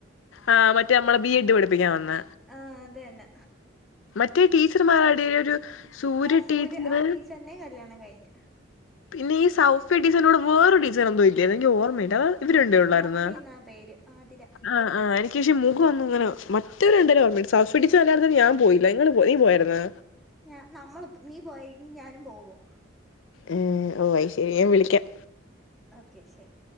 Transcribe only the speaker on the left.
ആ മറ്റേ അമ്മളെ ബി എഡ് പഠിപ്പിക്കാൻ വന്ന
മറ്റേ ടീച്ചർമാർടയില് ഒരു സൂര്യ
ടീച്ചറ്
പിന്നെ ഈ സൗഫിടീച്ചർൻ്റെ ടെ വേറെ <unintelligible> ന്നും ഇല്ലേ നിക്കി ഓർമ്മയില്ല ഇവരുണ്ടേ ഉള്ളായിരുന്നോ
ആ ആ ക്ഷേ മുഖയെന്ന് ഇങ്ങനെ മറ്റൊരു എന്തോരോ ഒണ്ട്, സഫ് പിടിച്ചാൽ <unintelligible> ഞാൻ പോയില്ല ഇങ്ങള് പോ ഈ പോയായിരുന്നോ?
ഉം വൈഷ്ണവിയും വിളിക്കാം.